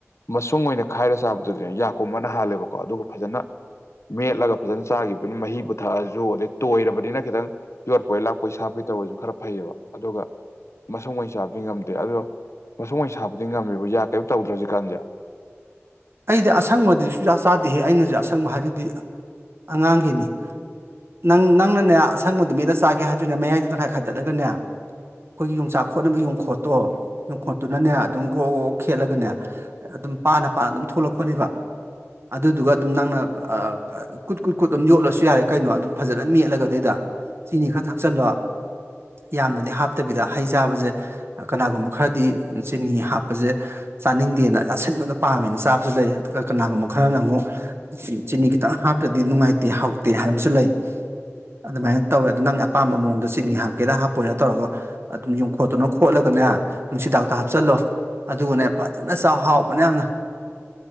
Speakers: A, on the left; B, on the right.
A: ꯃꯁꯨꯡ ꯑꯣꯏꯅ ꯈꯥꯏꯔ ꯆꯥꯕꯗꯨꯗꯤ ꯌꯥꯀꯨꯝꯃ ꯅ ꯍꯥꯜꯂꯦꯕꯀꯣ ꯑꯗꯨꯒ ꯐꯖꯅ ꯃꯦꯠꯂꯒ ꯐꯖꯅ ꯆꯥꯈꯤꯕꯅꯤ ꯃꯍꯤ ꯄꯨꯊꯛꯑꯁꯨ ꯑꯗꯩ ꯇꯣꯏꯔꯕꯅꯤꯅ ꯈꯤꯇꯪ ꯌꯣꯠꯄꯣꯢ ꯂꯥꯛꯄꯣꯏ ꯁꯥ ꯐꯠꯇꯕꯁꯨ ꯈꯔ ꯐꯩꯌꯦꯕ ꯑꯗꯨꯒ ꯃꯁꯨꯡ ꯑꯣꯢ ꯆꯥꯕꯗꯤ ꯉꯝꯗꯦ ꯑꯗꯣ ꯃꯁꯨꯡ ꯑꯣꯏ ꯆꯥꯕꯗꯤ ꯉꯝꯃꯤꯕꯣ ꯌꯥ ꯀꯔꯤꯝ ꯇꯧꯗ꯭ꯔ ꯍꯧꯖꯤ ꯀꯥꯟꯁꯦ
B: ꯑꯩꯗꯤ ꯑꯁꯪꯕꯗꯨ ꯁꯨꯡꯆꯥ ꯆꯥꯗꯦꯍꯦ ꯑꯩꯅꯁꯨ ꯑꯁꯪꯕ ꯍꯥꯏꯗꯨꯗꯤ ꯑꯉꯥꯡꯒꯤꯅꯤ ꯅꯪ ꯅꯪꯅꯅꯦ ꯑꯁꯪꯕꯗꯨ ꯃꯦꯠꯂ ꯆꯥꯒꯦ ꯍꯥꯏꯗꯨꯅꯦ ꯃꯌꯥꯏꯗ ꯇꯪꯈꯥꯏ ꯈꯥꯏꯗꯠꯂꯒꯅꯦ ꯑꯩꯈꯣꯏꯒꯤ ꯌꯣꯡꯆꯥꯛ ꯈꯦꯠꯅꯕ ꯌꯣꯡꯈꯣꯠꯇꯣ ꯌꯣꯡꯈꯣꯠꯇꯨꯅꯅꯦ ꯑꯗꯨꯝ ꯒ꯭ꯔꯣ ꯒ꯭ꯔꯣꯛ ꯈꯦꯠꯂꯒꯅꯦ ꯑꯝ ꯄꯥꯅ ꯄꯥꯅ ꯗꯨꯝ ꯊꯣꯛꯂꯛꯄꯅꯦꯕ ꯑꯗꯨꯗꯨꯒ ꯑꯗꯨꯝ ꯅꯪꯅ ꯑꯥ ꯀꯥ ꯀꯨꯠ ꯀꯨꯠ ꯀꯨꯠ ꯑꯗꯨꯝ ꯌꯣꯠꯂꯁꯨ ꯌꯥꯔꯦ ꯀꯩꯅꯣ ꯑꯗꯨꯝ ꯐꯖꯅ ꯃꯦꯠꯂꯒ ꯑꯗꯩꯗ ꯁꯤꯅꯤ ꯈꯔ ꯊꯥꯛꯆꯜꯂꯣ ꯌꯥꯝꯅꯗꯤ ꯍꯥꯞꯇꯕꯤꯗ ꯍꯩ ꯆꯥꯕꯖꯦ ꯀꯅꯥꯒꯨꯝꯕ ꯈꯔꯗꯤ ꯆꯤꯅꯤ ꯍꯥꯞꯄꯖꯦ ꯆꯥꯅꯤꯡꯗꯦꯅ ꯑꯁꯤꯟꯕꯗꯣ ꯄꯥꯝꯃꯦꯅ ꯆꯥꯕꯁꯨ ꯂꯩ ꯑꯗꯒ ꯀꯅꯥꯒꯨꯝꯕ ꯈꯔꯅ ꯑꯃꯨꯛ ꯆꯤ ꯆꯤꯅꯤ ꯈꯤꯇꯪ ꯍꯥꯞꯇ꯭ꯔꯗꯤ ꯅꯨꯡꯉꯥꯏꯇꯦ ꯍꯥꯎꯇꯦ ꯍꯥꯏꯕꯁꯨ ꯂꯩ ꯑꯗꯨꯃꯥꯏꯅ ꯇꯧꯋꯦ ꯑꯗꯨ ꯅꯪ ꯑꯄꯥꯝꯕ ꯃꯑꯣꯡꯗ ꯆꯤꯅꯤ ꯍꯥꯞꯀꯦꯔꯥ ꯍꯥꯞꯄꯣꯏꯔꯥ ꯇꯧꯔꯒ ꯑꯗꯨꯝ ꯌꯣꯡꯈꯣꯠꯇꯨꯅ ꯈꯣꯠꯂꯒ ꯅꯥ ꯅꯨꯡꯁꯤꯗꯥꯛꯇꯣ ꯍꯥꯞꯆꯜꯂꯣ ꯑꯗꯨꯒꯅꯦ ꯐꯖꯅ ꯆꯥꯎ ꯍꯥꯎꯕꯅꯦ ꯌꯥꯝꯅ